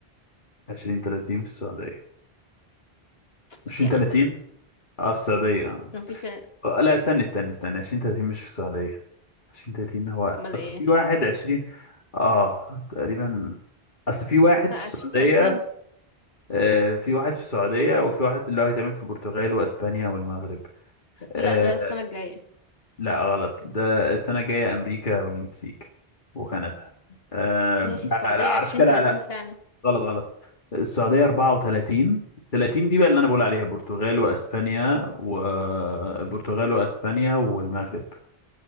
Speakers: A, on the left; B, on the left.
A: عشرين تلاتين في السعودية عشرين
B: مش يا عم
A: تلاتين اه في السعودية
B: مفيش اه
A: آه، لا استني استني استني عشرين تلاتين مش في السعودية عشرين تلاتين هو
B: امال
A: أصل
B: ايه؟
A: في واحد عشرين اه تقريبا أصل في واحد
B: لا
A: في السعودية
B: عشرين تلاتين
A: آه، في واحد في السعودية وفي واحد اللي هو هيتعمل في البرتغال وأسبانيا والمغرب آه،
B: لا ده السنة الجاية
A: لا غلط ده السنة الجاية أمريكا والمكسيك وكندا آه،
B: ماشي
A: لا
B: السعودية
A: لا لا عارف
B: عشرين
A: كده
B: تلاتين
A: لا لا
B: فعلا
A: غلط غلط السعودية 34 30 دي بقى اللي أنا بقول عليها البرتغال وأسبانيا والبرتغال وأسبانيا والمغرب